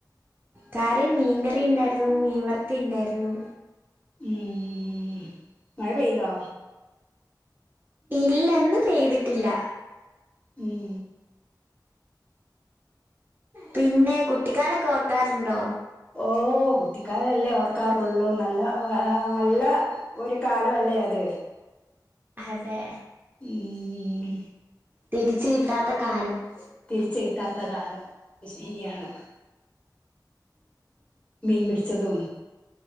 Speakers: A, on the right; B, on the left.
A: കറി മീൻകറി ഇണ്ടായിരുന്നു. മീൻവറുത്തെ ഇണ്ടായിരുന്നു.
B: ഉം മഴ പെയ്തോ?
A: ഇല്ല ഇന്ന് പെയ്തിട്ടില്ല.
B: ഉം
A: പിന്നെ കുട്ടിക്കാലൊക്കെ ഓർക്കാറുണ്ടോ?
B: ഓഹ് കുട്ടിക്കാലല്ലേ ഓർക്കാറൊള്ളു. നല്ല വ നല്ല ഒരു കാലം അല്ലേ അത്.
A: അതെ
B: ഉം
A: തിരിച്ച് കിട്ടാത്ത കാലം. <inaudible>
B: തിരിച്ച് കിട്ടാത്ത കാലം ശരിയാണ് മീൻ പിടിച്ചതും.